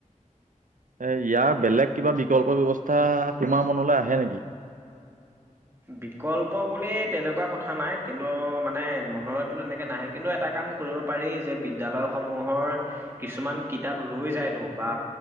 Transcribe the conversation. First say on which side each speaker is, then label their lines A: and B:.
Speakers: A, on the right (about 80°); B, on the right (about 20°).
A: এ ইয়াৰ বেলেগ কিবা বিকল্প ব্যৱস্থা তোমাৰ মনলৈ আহে নেকি?
B: বিকল্প বুলি তেনেকুৱা কথা নাই। কিন্তু মানে মনলৈতো তেনেকে নাহে। কিন্তু এটা কাম কৰিব পাৰি যে বিদ্যালয়সমূহৰ কিছুমান কিতাপ ৰৈ যায়তো বা